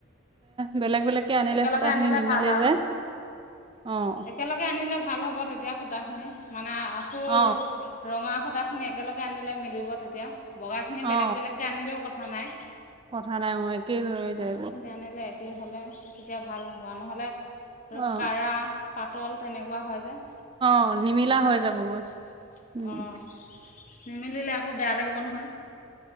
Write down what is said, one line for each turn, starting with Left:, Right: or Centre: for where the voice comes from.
Right: বেলেগ বেলেগকে আনিলে
Left: একেলগে
Right: সূতা খিনি
Left: আনিলে
Right: নিমিলে
Left: ভাল আৰু
Right: যে অ-
Left: একেলগে আনিলে ভাল হ'ব তেতিয়া সূতাখিনি মানে আছোঁৰ-
Right: অ
Left: ৰঙা সূতাখিনি একেলগে আনিলে মিলিব তেতিয়া, বগাখিনি
Right: অ
Left: বেলেগ বেলেগকৈ আনিলেও কথা নাই।
Right: কথা নাই মোৰ একেই হৈ হৈ যায়
Left: আঁচুখিনি
Right: এইবোৰ -
Left: আনিলে একেই হ'লে- তেতিয়া ভাল হ'ব আৰু নহ'লে ধৰ
Right: অ
Left: কৰা পাতল তেনেকুৱা হয় যে-
Right: অঁ নিমিলা
Left: ভাল
Right: হৈ যাবগৈ
Left: নহয়
Right: উমঁ-
Left: অঁ নিমিলিলে আকৌ বেয়া লাগিব নহয়